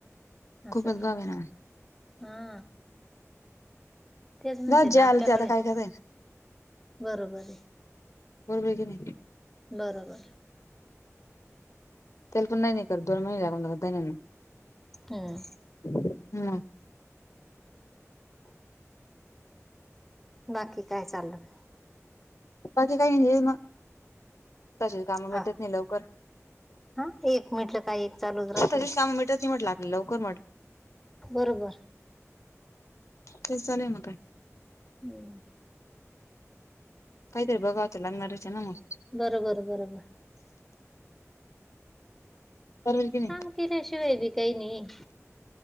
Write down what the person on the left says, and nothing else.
खूपच गाव आहे ना
ग
जे आल
ते आता काय करय
बरोबर आहे की नाही.
त्याला पण नाही नाही करत दोन महिने लागुन जाता धण्याले
हम्म.
पाकी काही नाही हे मग तशेच काम भेटत
नाही लवकर.
तसेच कामं मिटत नाही म्हटलं आपलं लवकर
तेस चालेय म काय.
काहीतरी बघाव तार लागनाच आहे ना मग.
करर की नाही.